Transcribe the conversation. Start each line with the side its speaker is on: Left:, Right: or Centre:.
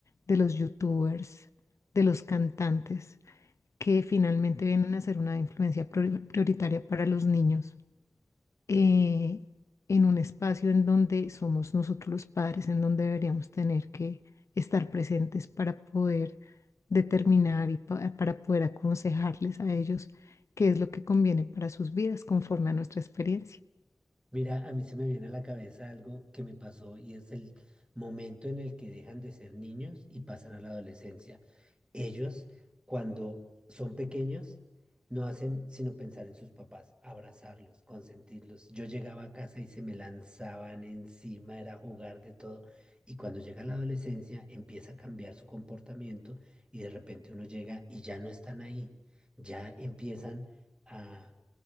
Left: de los youtubers, de los cantantes, que finalmente vienen a ser una influencia prior- prioritaria para los niños eh, en un espacio en donde somos nosotros los padres, en donde deberíamos tener que estar presentes para poder determinar y pa- para poder aconsejarles a ellos qué es lo que conviene para sus vidas conforme a nuestra experiencia.
Right: Mira, a mí se me viene a la cabeza algo que me pasó y es el momento en el que dejan de ser niños y pasan a la adolescencia. Ellos, cuando son pequeños, no hacen sino pensar en sus papás, abrazarlos, consentirlos. Yo llegaba a casa y se me lanzaban encima, era jugar de todo. Y cuando llega la adolescencia, empieza a cambiar su comportamiento y de repente uno llega y ya no están ahí, ya empiezan a